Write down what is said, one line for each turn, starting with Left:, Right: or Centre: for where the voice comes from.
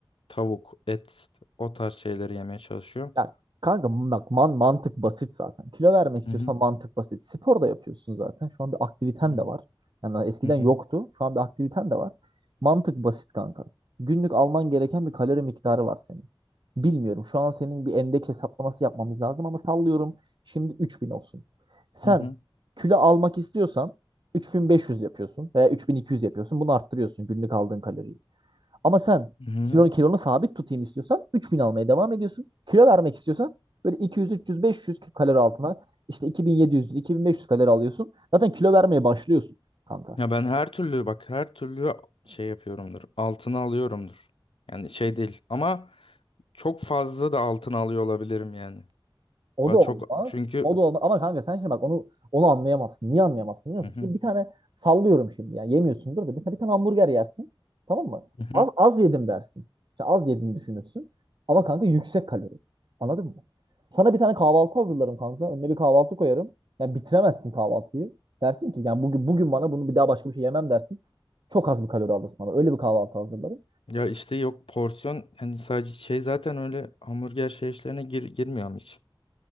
Left: tavuk, et o tarz şeyleri yemeye çalışıyorum.
Right: Ya kanka bak man mantık basit zaten. Kilo vermek istiyorsan
Left: Hı
Right: mantık basit. Spor da yapıyorsun zaten. Şu an bir aktiviten
Left: hı.
Right: de var. Yani eskiden
Left: Hı hı,
Right: yoktu. Şu an bir aktiviten de var. Mantık basit kanka. Günlük alman gereken bir kalori miktarı var senin. Bilmiyorum. Şu an senin bir endeks hesaplaması yapmamız lazım ama sallıyorum. Şimdi 3000 olsun. Sen
Left: hı hı,
Right: kilo almak istiyorsan 3500 yapıyorsun veya 3200 yapıyorsun. Bunu arttırıyorsun günlük aldığın kaloriyi. Ama sen
Left: hı hı.
Right: kilonu, kilonu sabit tutayım istiyorsan 3000 almaya devam ediyorsun. Kilo vermek istiyorsan böyle 200, 300, 500 kalori altına işte 2700, 2500 kalori alıyorsun. Zaten kilo vermeye başlıyorsun kanka.
Left: Ya ben her türlü bak her türlü şey yapıyorumdur. Altına alıyorumdur. Yani şey değil ama çok fazla da altına alıyor olabilirim yani.
Right: O
Left: Ba-
Right: da olmaz.
Left: Çok çünkü
Right: O da olmaz. Ama kanka sen şimdi bak onu onu anlayamazsın. Niye anlayamazsın biliyor
Left: hı
Right: musun?
Left: hı,
Right: Şimdi bir tane sallıyorum şimdi ya. Yemiyorsundur da mesela bir tane hamburger yersin. Tamam mı?
Left: hı
Right: Az,
Left: hı.
Right: az yedim dersin. İşte az yediğini düşünürsün. Ama kanka yüksek kalori. Anladın mı? Sana bir tane kahvaltı hazırlarım kanka. Önüne bir kahvaltı koyarım. Yani bitiremezsin kahvaltıyı. Dersin ki yani bugün bugün bana bunu bir daha başka bir şey yemem dersin. Çok az bir kalori alırsın ama öyle bir kahvaltı hazırlarım.
Left: Ya işte yok porsiyon hani sadece şey zaten öyle hamburger şey işlerine gir, girmiyorum hiç.